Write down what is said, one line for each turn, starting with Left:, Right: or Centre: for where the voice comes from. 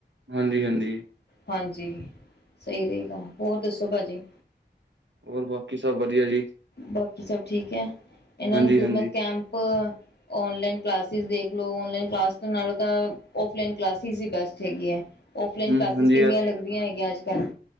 Right: ਹਾਂਜੀ ਹਾਂਜੀ।
Left: ਹਾਂਜੀ, ਸਹੀ ਰਹੇਗਾ ਹੋਰ ਦੱਸੋ ਭਾਜੀ।
Right: ਹੋਰ ਬਾਕੀ ਸਭ ਵਧੀਆ ਜੀ।
Left: ਬਾਕੀ ਸਭ ਠੀਕ ਹੈ, ਇਹਨਾਂ
Right: ਹਾਂਜੀ-ਹਾਂਜੀ
Left: ਨੂੰ ਗੁਰਮਤ ਕੈਂਪ ਔਨਲਾਈਨ ਕਲਾਸੀਸ ਦੇਖ ਲੋ ਔਨਲਾਨ ਕਲਾਸ ਨਾਲੋਂ ਤਾਂ ਔਫਲਾਈਨ ਕਲਾਸੀਸ ਹੀ ਬੈਸਟ ਹੈਗੀ ਹੈ। ਔਫਲਾਈਨ
Right: ਹੂੰ
Left: ਕਲਾਸੀਸ
Right: ਹਾਂਜੀ
Left: ਕਿੰਨੀਆਂ ਲੱਗਦੀਆਂ ਹੈਗੀਆਂ ਅੱਜ ਕੱਲ੍ਹ।